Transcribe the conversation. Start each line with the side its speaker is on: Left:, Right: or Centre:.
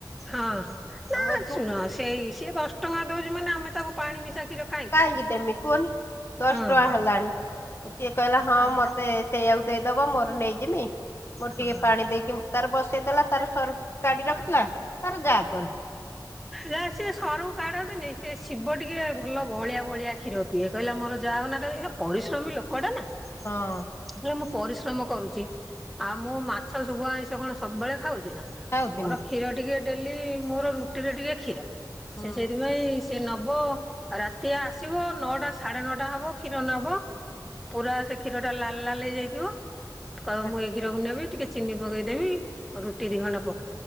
Centre: ହଁ, ନା
Left: ଆମ ଦୁ
Centre: ଶୁଣ ସେଇ ସିଏ ଦଶ ଟଙ୍କା ଦଉଛି ମାନେ ଆମେ ତାକୁ ପାଣି ମିଶା କ୍ଷୀର
Left: କାହିଁକି ଦେବି କୁହନି ଦଶ
Centre: ହଁ
Left: ଟଙ୍କା ହେଲାଣି। ସିଏ କହିଲା ହଁ,
Centre: ଆଉ
Left: ମତେ ସେଇଆକୁ ଦେଇଦବ ମୋର ନେଇଯିମି ମୋର
Centre: ହଁ
Left: ଟିକେ ପାଣି ଦେଇକି ତାର ବସେଇ ଦେଲା ତାର ସର ଟିକେ ଗାଡି ରଖିଲା ତାର ଯାହା କରୁ।
Centre: ଯା ସିଏ ସରକୁ କାଢନ୍ତିନି ସେ ଶିବ ଟିକେ ଭଲ ଭଳିଆ ଭଳିଆ କ୍ଷୀର ଇଏ କହିଲା ମୋର ଯାହା ହଉ ନା କାହିଁକି ପରିଶ୍ରମୀ ଲୋକଟା ନା
Left: ହଁ।
Centre: ସେ କହିଲା ମୁଁ ପରିଶ୍ରମ କରୁଛି ଆଉ ମୁଁ ମାଛ ଶୁଗୁଆ ଆଇଁଷ କଣ ସବୁବେଳେ ଖାଉଛି ନା?
Left: ଖାଉଚି
Centre: ମୋର
Left: ନା
Centre: କ୍ଷୀର ଟିକେ ଡେଲି ମୋର ରୁଟିରେ ଟିକେ କ୍ଷୀର
Left: ହୁଁ
Centre: ସେ ସେଥିପାଇଁ ସେ ନବ ରାତି ଆସିବ ନଅଟା ସାଢେ ନଅଟା ହବ କ୍ଷୀର ନବ। ପୁରା ସେ କ୍ଷୀର ଟା ଲାଲ ଲାଲ ହେଇ ଯାଇଥିବ କହିବ
Left: ହୁଁ
Centre: ମୁଁ ଏଇ କ୍ଷୀରକୁ ନେବି ଟିକେ ଚିନି ପକେଇଦବି ରୁଟି ଦି ଖଣ୍ଡା ପକ